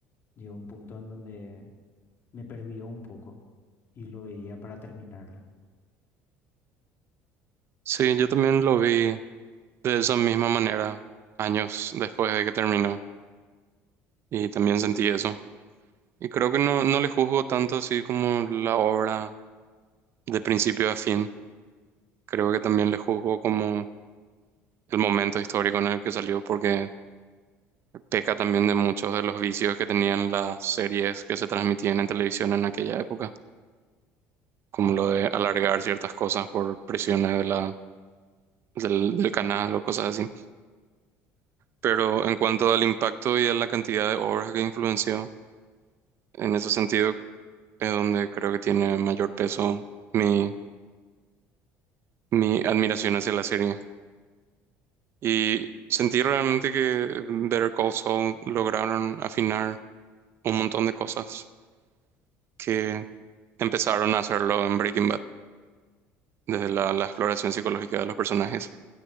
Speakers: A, on the left (about 45°); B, on the right (about 50°).
A: llegó un punto en donde me perdió un poco y lo veía para terminarla.
B: Sí, yo también lo vi de esa misma manera años después de que terminó y también sentí eso. Y creo que no, no le juzgo tanto así como la obra de principio a fin. Creo que también le juzgo como el momento histórico en el que salió porque peca también de muchos de los vicios que tenían las series que se transmitían en televisión en aquella época, como
A: Mm.
B: lo de alargar ciertas cosas por presiones de la, del, del canal o cosas así. Pero en cuanto al impacto y a la cantidad de obras que influenció, En ese sentido es donde creo que tiene mayor peso mi, mi admiración hacia la serie. Y sentí realmente que Better Call Saul lograron afinar un montón de cosas que empezaron a hacerlo en Breaking Bad, desde la, la exploración psicológica de los personajes.